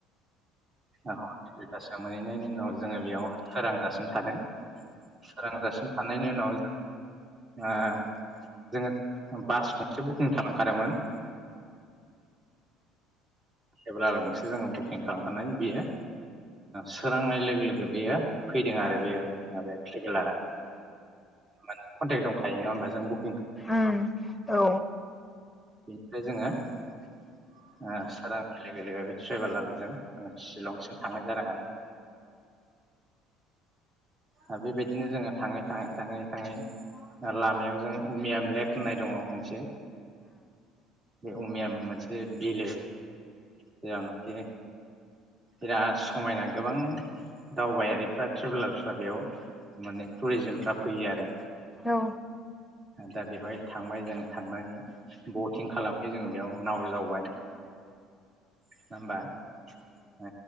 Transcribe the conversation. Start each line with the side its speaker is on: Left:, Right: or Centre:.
Right: ओ हरनि दुइथासो मोनहैनायनि उनाव जोङो बेयाव सोरांजासिन थादों सोरांजासिन थानायनि उनाव जों ओ जोङो बास गंसे बुकिं खालामखादोंमोन। ट्रेभेलार गंसे जोङो बुकिं खालामखानाय बियो सोरांनाय लोगो लोगो बेयो फैदों आरो बेयो मा बे ट्रेभेलार माने कन्टेक् दंखायो नङा होमबा जों बु
Centre: उम औ।
Right: बेनिफ्राय जोङो ओ सारांनाय लोगो लोगो बे ट्रेभेलारजों जोङो सिलंसिम थांनाय जादों आरो ओ बेबायदिनो जोङो थाङै थाङै थाङै थाङै लामायाव जों उमियाम लेक होननाय दङ मोनसे बे उमियाम मोनसे बिलो जेरावनाखि बिराद समायना गोबां दावबायारिफ्रा ट्रेभेलार फ्रा बेयाव माने टुरिजिमफ्रा फैयो आरो
Centre: औ।
Right: दा बेवहाय थांबाय जों थांनानै बटिं खालामबाय जोंङो बेयाव नाव जावबाय नङा होमबा? ओ